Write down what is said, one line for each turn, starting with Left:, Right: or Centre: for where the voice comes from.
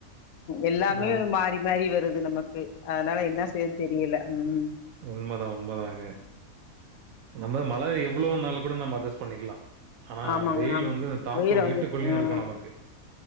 Left: எல்லாமே
Right: அது
Left: மாறி மாறி வருது நமக்கு அதனால என்ன செய்றதுன்னு தெரியில ம்
Right: உண்மைதா உண்மதாங்க இந்த மாரி மழ எவ்ளோ வந்தாலு கூட நம்ம அட்ஜஸ்ட் பண்ணிக்கலா ஆனா
Left: ஆமாங்க
Right: வொயில்
Left: ஆமா
Right: வந்து தாக்கோ
Left: வெயில
Right: வீட்டுக்குள்ளயு
Left: வந்து ம்
Right: இருக்கு நமக்கு